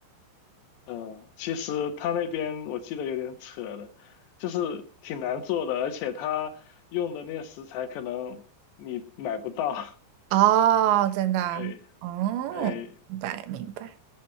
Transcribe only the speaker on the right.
哦，真的啊，
哦，
明白明白。